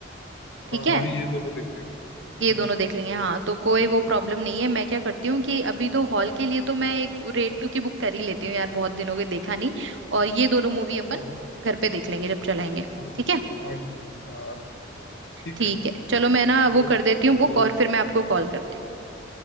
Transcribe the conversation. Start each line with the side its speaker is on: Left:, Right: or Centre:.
Right: ठीक
Left: हाँ
Right: है
Left: हाँ हाँ ये दोनों देख लेंगे हम्म
Right: ये दोनों देख लेंगे हाँ तो कोई वो प्रॉब्लम नहीं है मैं क्या करती हूँ कि अभी तो हॉल के लिए तो मैं एक रेड
Left: हाँ
Right: टू की बुक कर ही लेती हूँ यार बहुत दिन हो गए देखा नहीं और ये दोनों मूवी अपन
Left: हाँ
Right: घर पे देख लेंगे जब चलाएंगे
Left: आज
Right: ठीक है
Left: हाँ, आज देखते हैं, हाँ आज देखते हैं। ठीक
Right: ठीक
Left: है
Right: है चलो मैं
Left: चलो
Right: ना वो कर देती हूँ बुक
Left: हाँ
Right: और फिर मैं आपको कॉल करती हूँ